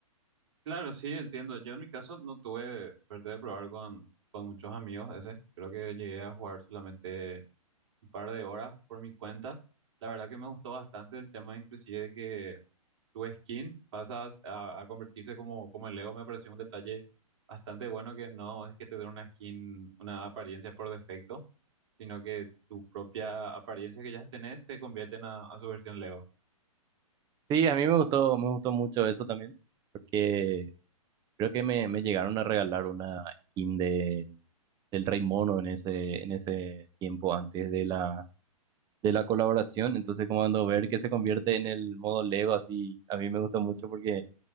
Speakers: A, on the right; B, on the right.
A: Claro, sí, entiendo. Yo en mi caso no tuve suerte de probar con, con muchos amigos ese. Creo que llegué a jugar solamente un par de horas por mi cuenta. La verdad que me gustó bastante el tema inclusive de que tu skin pasas a, a convertirse como, como el Lego. Me pareció un detalle bastante bueno que no es que te den una skin, una apariencia por defecto, sino que tu propia apariencia que ya tenés se convierte en a a su versión Lego.
B: Sí, a mí me gustó, me gustó mucho eso también porque creo que me, me llegaron a regalar una skin de- del Rey Mono en ese, en ese tiempo antes de la de la colaboración. Entonces, como cuando ver que se convierte en el modo Lego, así, a mí me gustó mucho porque